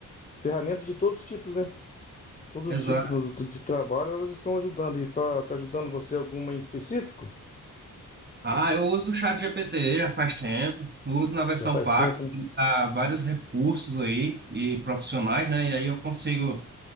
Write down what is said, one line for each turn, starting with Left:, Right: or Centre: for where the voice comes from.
Left: as ferramentas de todos os tipos, né? Todos os
Right: Exato.
Left: tipos do- do- de trabalho, elas estão ajudando. E tá, tá ajudando você alguma em específico?
Right: Ah, eu uso o chat GPT já faz tempo. Eu uso na versão
Left: Já faz
Right: paga.
Left: tempo, né?
Right: Tem que dar vários recursos aí e profissionais, né? E aí eu consigo.